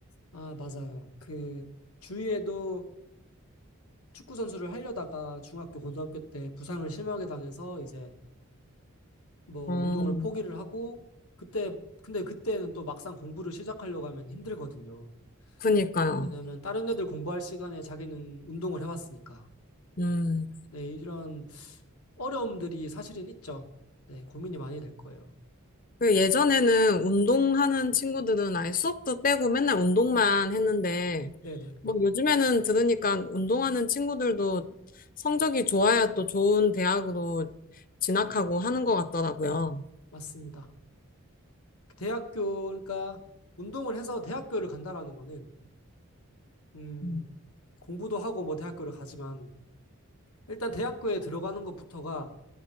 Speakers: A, on the left (about 85°); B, on the left (about 40°).
A: 아, 맞아요. 그 주위에도 축구 선수를 하려다가 중학교 고등학교 때 부상을 심하게 당해서 이제 뭐
B: 어,
A: 운동을 포기를 하고 그때 근데 그때는 또 막상 공부를 시작하려고 하면 힘들거든요.
B: 그니까요.
A: 왜냐면 다른 애들 공부할 시간에 자기는 운동을 해왔으니까.
B: 음.
A: 네, 이런 어려움들이 사실은 있죠. 네, 고민이 많이 될 거예요.
B: 그 예전에는 운동하는 친구들은 아예 수업도 빼고 맨날 운동만 했는데,
A: 네네,
B: 뭐 요즘에는 들으니까 운동하는 친구들도 성적이 좋아야 또 좋은 대학으로 진학하고 하는 것 같더라고요.
A: 맞습니다. 대학교, 그러니까 운동을 해서 대학교를 간다라는 거는, 음,
B: 음.
A: 공부도 하고 뭐 대학교를 가지만, 일단 대학교에 들어가는 것부터가,